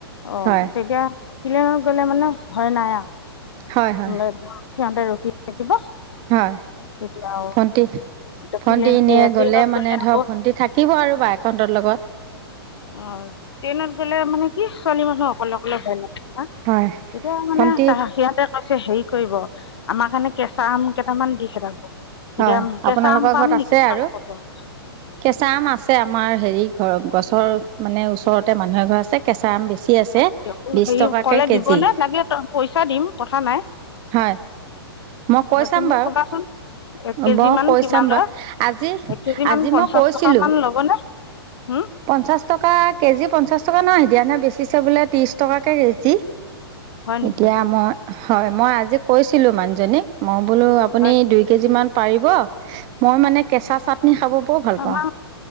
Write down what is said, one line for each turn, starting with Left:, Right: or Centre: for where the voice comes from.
Left: অ'
Right: হয়
Left: তেতিয়া প্লেনত গ'লে মানে ভয় নাই আও
Right: হয় হয়।
Left: অ' সিহঁতে ৰখি থাকিব
Right: হয়
Left: তেতিয়া আৰু
Right: ভণ্টি
Left: এতিয়া
Right: ভণ্টি
Left: প্লেন
Right: এনে
Left: এয়া ট্ৰেইনত
Right: গ'লে মানে
Left: আকৌ
Right: ধৰ ভণ্টি থাকিব আৰু বায়েক হতৰ লগত।
Left: অ' ট্ৰেইনত গ'লে মানে কি ছোৱালী মানুহ অকলে অকলে ভয় লাগে না।
Right: হয়।
Left: এতিয়া মানে
Right: ভণ্টি
Left: চাহ সিহঁতে কৈছে হেৰি কৰিব আমাৰ কাৰণে কেঁচা আম কেইটামান দি খেদাব
Right: হয়
Left: এতিয়া
Right: আপোনালোকৰ
Left: কেঁচা আম পাম
Right: ঘৰত আছে
Left: নেকি তোমালোকৰ
Right: আৰু।
Left: তাত
Right: কেঁচা আম আছে আমাৰ হেৰি ঘৰ গছৰ মানে ওচৰতে মানুহে এঘৰ আছে কেঁচা আম বেছি আছে।
Left: হয় দিয়ক
Right: বিশ
Left: হেৰি
Right: টকাকে
Left: কলে
Right: কেজি
Left: দিব নে লাগিলে ত পইচা দিম কথা নাই।
Right: হয়। মই কৈ চাম
Left: তুমি
Right: বাৰু
Left: ক'বাচোন। এক কেজি
Right: মই
Left: মান
Right: কৈ
Left: কিমান
Right: চাম বাৰু
Left: লয়
Right: আজি
Left: এক কেজি মান
Right: আজি
Left: পঞ্চাশ
Right: মই কৈছিলোঁ
Left: টকা মান ল'বনে হোম
Right: পঞ্চাশ টকা কেজি পঞ্চাশ টকা নহয় দিয়া নাই বেচিছে বোলে ত্ৰিশ টকাকে কেজি
Left: হয় নেকি
Right: এতিয়া মই হয় মই আজি কৈছিলো মানুহজনীক মই বোলো আপুনি
Left: হয়
Right: দুই কেজি মান পাৰিব মই মানে কেচা চাটনি খাব বৰ ভাল
Left: আমা,
Right: পাওঁ